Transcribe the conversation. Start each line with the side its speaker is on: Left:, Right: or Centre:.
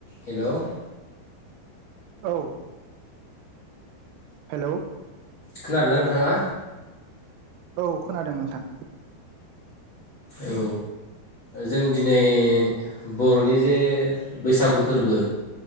Left: हेल'
Right: औ। हेलौ
Left: खोनादोंना नोंथाङा?
Right: औ खोनादों नोंथां।
Left: औ जों दिनै बर'नि जे बैसागु फोरबो